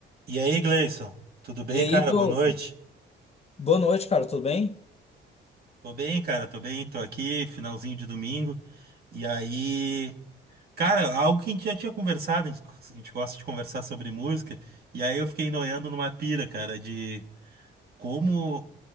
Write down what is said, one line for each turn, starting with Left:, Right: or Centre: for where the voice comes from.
Right: E aí, Gleison? Tudo bem,
Left: E aí,
Right: cara?
Left: Douglas?
Right: Boa noite.
Left: Boa noite, cara, tudo bem?
Right: Tô bem, cara, tô bem, tô aqui, finalzinho de domingo. E aí, cara, algo que a gente já tinha conversado, a gente, a gente gosta de conversar sobre música, e aí eu fiquei noiando numa pira, cara, de como,